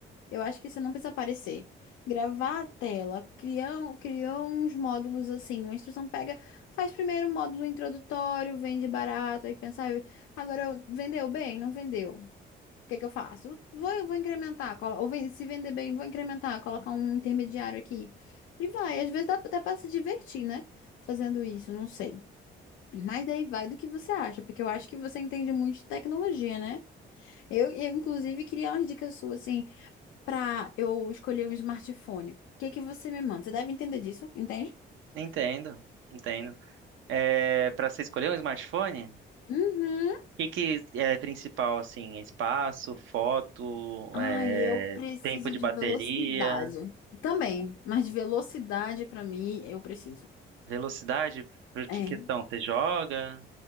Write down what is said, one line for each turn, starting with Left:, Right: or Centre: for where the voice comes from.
Left: Eu acho que você não precisa aparecer. Gravar a tela, criou, criou uns módulos assim, uma instrução pega, faz primeiro um módulo introdutório, vende barato, aí pensar agora eu- vendeu bem, não vendeu. O que que eu faço? Vou, eu vou incrementar, colo- ou ven- se vender bem, vou incrementar, colocar um intermediário aqui. E vai, às vezes dá, dá para se divertir, né? Fazendo isso, não sei. Mas daí vai do que você acha, porque eu acho que você entende muito de tecnologia, né? Eu, eu inclusive, queria umas dicas suas, assim, pra eu escolher um smartphone. O que que você me manda? Você deve entender disso, entende?
Right: Entendo, entendo. É, para você escolher um smartphone, o
Left: Uhum.
Right: que que é principal, assim, espaço, foto,
Left: Ai,
Right: é,
Left: eu preciso
Right: tempo de
Left: de
Right: bateria,
Left: velocidade. Também, mas de velocidade pra mim eu preciso.
Right: velocidade, por que
Left: É.
Right: questão? Você joga?